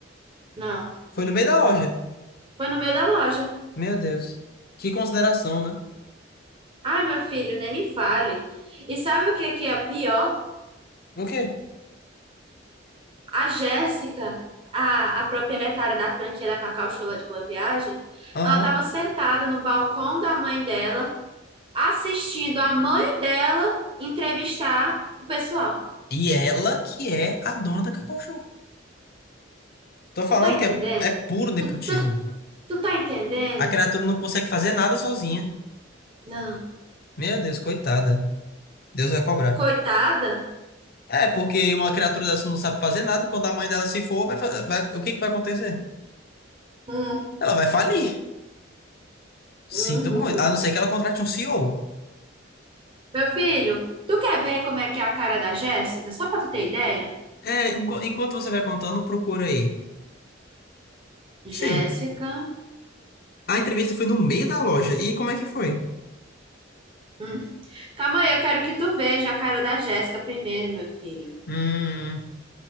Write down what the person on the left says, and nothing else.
Foi no meio da loja.
Meu Deus. Que consideração, né?
O quê?
Aham.
E ela que é a dona da Cacau Show. Tô falando
que é, é puro nepotismo.
A criatura não consegue fazer nada sozinha.
Meu Deus, coitada. Deus vai cobrar.
É, porque uma criatura dessa não sabe fazer nada. Quando a mãe dela se for, vai, fa- vai- o que que vai acontecer?
Ela vai falir.
Sinto muito. A não ser que ela contrate um CEO.
É, enqu- enquanto você vai contando, procura aí.
Sim. A entrevista foi no meio da loja. E como é que foi?
Hum,